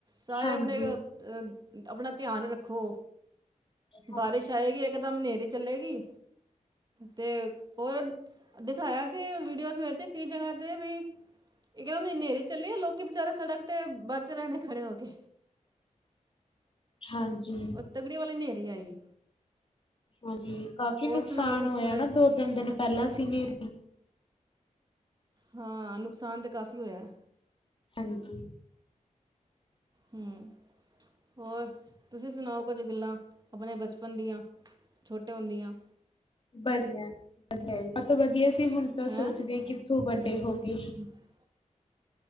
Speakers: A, on the right; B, on the left.
A: ਸਾਰੇ
B: ਹਾਂਜੀ।
A: ਅਪਣੇ ਅ ਅਪਣਾ ਧਿਆਨ ਰੱਖੋ
B: ਹਾਂਜੀ,
A: ਬਾਰਿਸ਼ ਆਏਗੀ ਏਕਦਮ ਨੇਰੀ ਚਲੇੇਗੀ, ਤੇ ਓਰ ਦਿਖਾਏਆ ਸੀ ਤੇ ਓਸ ਵਿੱਚ ਕਈ ਜਗਾ ਤੇ ਬਈ, ਇਕ ਦਮ ਅਨੇਰੇ ਚੱਲੀ ਏ ਲੋਕੀ ਬਿਚਾਰੇ ਸੜਕ ਤੇ ਬਚ ਰਏ ਨੇ ਖੜੇ ਹੋ ਕੇ।
B: ਹਾਂਜੀ।
A: ਉਹ ਤਗੜੀ ਵਾਲੀ ਨੇੇਰੀ ਆਈ ਏ।
B: ਹਾਂਜੀ ਕਾਫੀ
A: ਹੋਰ
B: ਨੁਕਸਾਨ
A: ਸੁਣਾਓ ਕੁਛ
B: ਹੋਏਆ
A: ਥੋੜ੍ਹਾ
B: ਨਾ ਦੋ-ਤਿੰਨ ਦਿਨ ਪੈਲਾ ਸੀ ਨੇਰ
A: ਹਾਂ ਨੁਕਸਾਨ ਤੇ ਕਾਫੀ ਓਯੈ।
B: ਹਾਂਜੀ।
A: ਹੂੰ, ਹੋਰ ਤੁਸੀ ਸੁਨਾਓ ਕੋਝ ਗੱਲਾ ਅਪਨੇ ਬਚਪਨ ਦੀਆਂ। ਛੋਟੇ ਹੋਂਦੀਆਂ।
B: ਵਦੀਆ <unintelligible> ਵਦੀਆ ਸੀ ਹੁਨ ਤਾ
A: ਹੈਂ
B: ਸੋਚਦੇ ਕਿੱਥੋ ਵੱਡੇ ਹੋ ਗੇ।
A: <inaudible>